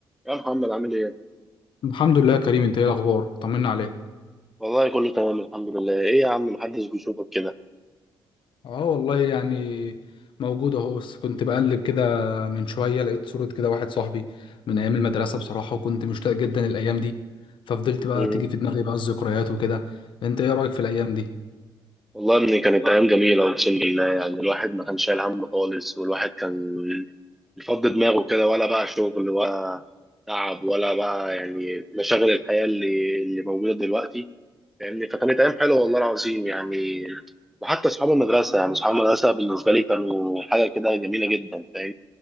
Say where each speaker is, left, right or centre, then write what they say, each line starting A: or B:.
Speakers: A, in the centre; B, on the left.
A: يا محمد عامل ايه؟
B: الحمد لله يا كريم انت ايه الاخبار طمنا عليك
A: والله كله تمام الحمد لله، ايه يا عم محدش بيشوفك كده؟
B: اه والله يعني موجود اهو بس كنت بقلب كده من شويه لقيت صوره كده واحد صاحبي من ايام المدرسه بصراحه وكنت مشتاق جدا الايام دي ففضلت بقى
A: مم.
B: تيجي في دماغي بقى الذكريات وكده انت ايه رايك في الايام دي
A: والله يا ابني كانت ايام جميلة اقسم بالله يعني الواحد ما كانش شايل هم خالص والواحد كان بيفضي دماغه كده ولا بقى شغل ولا تعب ولا بقى يعني مشاغل الحياة اللي اللي موجودة دلوقتي فاهمني فكانت ايام حلوة والله العظيم يعني وحتى اصحاب المدرسة يعني اصحاب المدرسة بالنسبة لي كانوا حاجة كده جميلة جدا فاهم؟